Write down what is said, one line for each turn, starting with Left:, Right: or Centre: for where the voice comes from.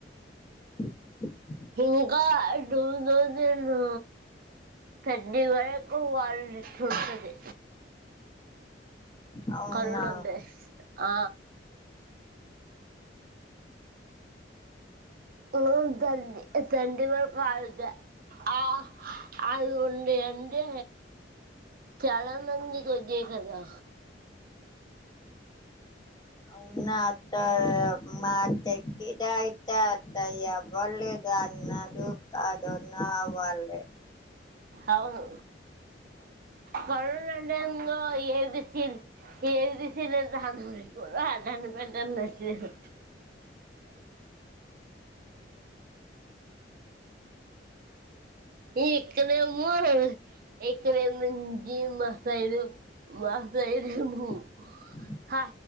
Left: <inaudible>
Right: ఇంకా టూ తౌసండు థర్టీ వరకు వాళ్ళింట్లుంటది
Left: అవును అవునా
Right: కరోనా బ్యాస్ ఆ ఉ తండ్ తండి వరకు ఆగుతూ ఆ అది ఉంది అంటే చాలా మంది కొచ్చాయి కదా
Left: అవునా అత్త మా చక్కితతా అంతా ఎవరు లే గన్నదో కాదో నావల్లే
Right: అవును కరుణ టైం లో ఎ బి సి ఎబిసి లు రాంగ్ నీకు రా వెంటనే నచ్చేసా ఇక్కడేమో ఇక్కడేమో జీ మాసైడు మాసైడేమో
Left: <inaudible>
Right: హ